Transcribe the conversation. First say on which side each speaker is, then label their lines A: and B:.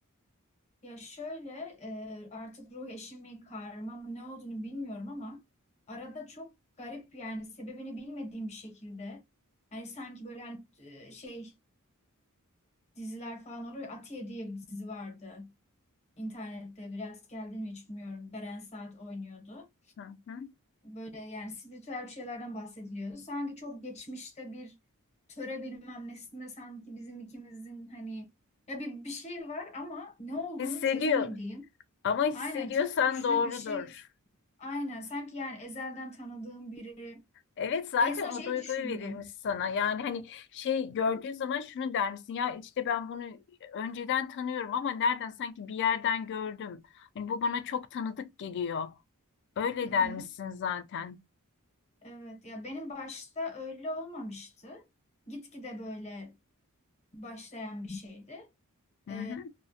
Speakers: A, on the left; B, on the left.
A: Ya şöyle e, artık ruh eşi mi karma mı ne olduğunu bilmiyorum ama arada çok garip yani sebebini bilmediğim bir şekilde hani sanki böyle hani e, şey diziler falan oluyor. ya, Atiye diye bir dizi vardı internette biraz geldi mi hiç bilmiyorum. Beren Saat oynuyordu.
B: Hı hı.
A: böyle yani spiritüel bir şeylerden bahsediliyordu. Sanki çok geçmişte bir töre bilmem nesinde sanki bizim ikimizin hani ya bir, bir şey var ama ne olduğunu
B: Hissediyor
A: çözemediğim.
B: ama hissediyorsan
A: Aynen çok güçlü
B: doğrudur.
A: bir şey. Aynen sanki yani ezelden tanıdığım biri.
B: Evet zaten
A: En son
B: o
A: şeyi
B: duyguyu
A: düşündüm.
B: verilmiş sana. Yani hani şey gördüğün zaman şunu der misin? Ya işte ben bunu önceden tanıyorum ama nereden sanki bir yerden gördüm. Hani bu bana çok tanıdık geliyor. Öyle
A: Hı hı.
B: der misin zaten?
A: Evet ya benim başta öyle olmamıştı. Gitgide böyle başlayan bir şeydi.
B: Hı
A: Ee,
B: hı,